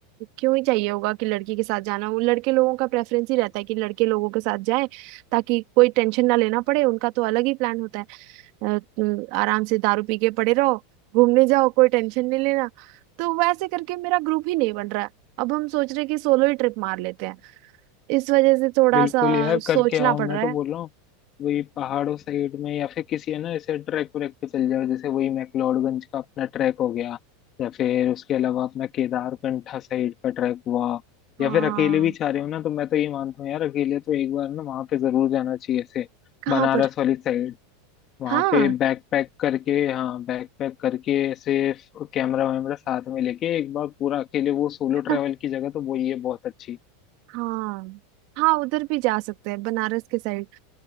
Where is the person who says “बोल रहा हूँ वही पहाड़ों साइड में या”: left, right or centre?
Left